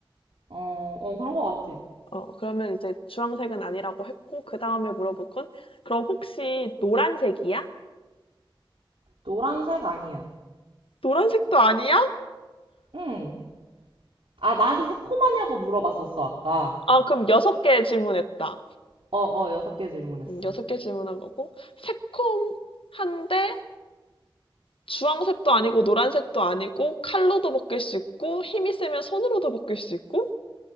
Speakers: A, on the right; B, on the left.
A: 어, 어, 그런 것 같아.
B: 어, 그러면 이제 주황색은 아니라고 했고, 그 다음에 물어볼 건, 그럼 혹시 노란색이야?
A: 노란색 아니야.
B: 노란색도 아니야?
A: 응. 아, 나한테 새콤하냐고 물어봤었어, 아까.
B: 아, 그럼 여섯 개 질문했다.
A: 어, 어, 여섯 개 질문했어.
B: 음, 여섯 개 질문한 거고, 새콤한데, 주황색도 아니고, 노란색도 아니고, 칼로도 벗길 수 있고, 힘이 세면 손으로도 벗길 수 있고,